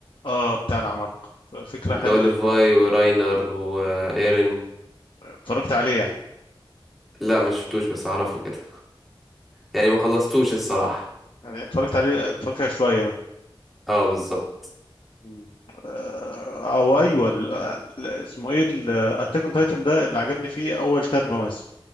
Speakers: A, on the left; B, in the centre.
A: اه بتاع العمالقة ف- فكرة
B: اللي
A: حلوة
B: هو ليفاي وراينر وايرين
A: اتفرجت عليه يعني
B: لا ما شفتوش بس اعرفه كده يعني ما خلصتوش الصراحة
A: يعني اتفرجت عليه اتفرجت على شوية منه
B: اه بالظبط
A: مم. آه، او ايوه ال- ال- اسمه ايه اتاك اون تايتن ده اللي عجبني فيه اول ثلاث مواسم